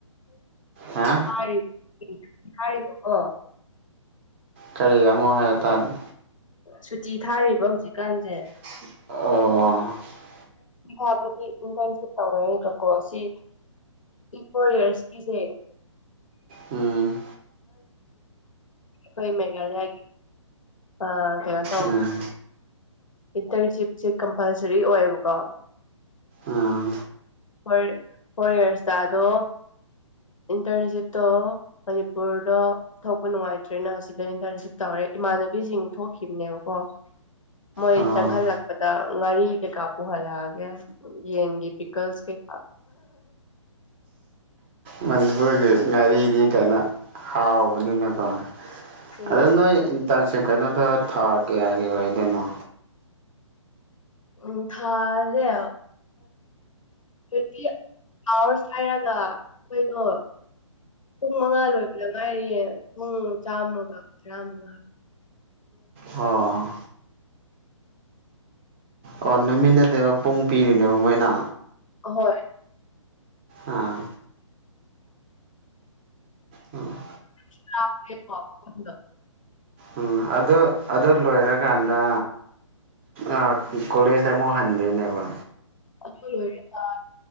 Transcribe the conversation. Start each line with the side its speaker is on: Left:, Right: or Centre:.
Right: ꯍꯥ
Left: ꯑꯩꯈꯣꯏ ꯊꯔꯤꯕꯀꯣ
Right: ꯀꯔꯤ ꯑꯃꯣ ꯍꯥꯏꯔ ꯇꯥꯔꯗꯤ
Left: ꯁꯨꯇꯤ ꯊꯥꯔꯤꯕ ꯍꯧꯖꯤꯛꯀꯥꯟꯁꯦ
Right: ꯑꯣ
Left: ꯊꯥꯕꯗꯤ ꯏꯟꯇꯔꯟꯁꯤꯞ ꯇꯧꯔꯣꯏꯕꯀꯣ ꯁꯤ ꯐꯣꯔ ꯏꯔꯁꯀꯤꯁꯦ
Right: ꯎꯝ
Left: ꯍꯣꯏ ꯃꯦꯘ ꯍꯥꯏ ꯑ ꯀꯩꯅꯣ ꯇꯧ
Right: ꯎꯝ
Left: ꯏꯟꯇꯔꯟꯁꯤꯞꯁꯦ ꯀꯝꯄꯜꯁꯔꯤ ꯑꯣꯏꯌꯦꯕꯀꯣ
Right: ꯑꯥ
Left: ꯐ ꯐꯣꯔ ꯌꯌꯥꯔꯁꯇ ꯑꯗꯣ ꯏꯟꯇꯔꯟꯁꯤꯞꯇꯣ ꯃꯅꯤꯄꯨꯔꯗ ꯊꯣꯛꯄ ꯅꯨꯡꯉꯥꯏꯇ꯭ꯔꯦꯅ ꯑꯁꯤꯗ ꯏꯟꯇꯔꯟꯁꯤꯞ ꯇꯧꯔꯦ ꯏꯃꯥꯟꯅꯕꯤꯁꯤꯡ ꯊꯣꯛꯈꯤꯕꯅꯦꯕꯀꯣ ꯃꯣꯏ
Right: ꯑꯣ
Left: ꯆꯪꯍꯜꯂꯛꯄꯗ ꯉꯥꯔꯤ ꯀꯩꯀꯥ ꯄꯨꯍꯜꯂꯛꯑꯒꯦ ꯌꯦꯟ ꯄꯤꯁ ꯀ
Right: ꯃꯅꯤꯄꯨꯔꯒꯤ ꯉꯥꯔꯤꯗꯤ ꯀꯥꯏꯩꯅꯣ ꯍꯥꯎꯕꯅꯤꯅꯀꯣ
Left: ꯎꯝ
Right: ꯑꯅꯣ ꯆꯞ ꯀꯩꯅꯣꯗ ꯊꯥ ꯀꯌꯥꯒꯤ ꯑꯣꯏꯗꯣꯏꯅꯣ
Left: ꯎꯝ ꯊꯔꯦ ꯇ꯭ꯋꯦꯟꯇꯤ ꯑꯋꯥꯔꯁ ꯍꯥꯏꯔꯒ ꯑꯩꯈꯣꯏꯗꯣ ꯄꯨꯡ ꯃꯉꯥ ꯂꯣꯏꯕꯗ ꯉꯥꯏꯔꯤꯌꯦ ꯄꯨꯡ ꯆꯥꯝꯃꯒ ꯇꯔꯥꯃꯉꯥ
Right: ꯑꯣ ꯑꯣ ꯅꯨꯃꯤꯟꯅꯗꯕ ꯄꯨꯡ ꯄꯤꯔꯤꯅꯦꯕ ꯃꯣꯏꯅ
Left: ꯍꯣꯏ
Right: ꯑꯥ ꯎꯝ
Left: <unintelligible>
Right: ꯎꯝ ꯑꯗꯨ ꯑꯗꯨ ꯂꯣꯏꯔꯀꯥꯟꯗ ꯑ ꯀꯣꯂꯦꯖꯗ ꯃꯣ ꯍꯥꯟꯗꯦꯅꯦꯕ
Left: <unintelligible>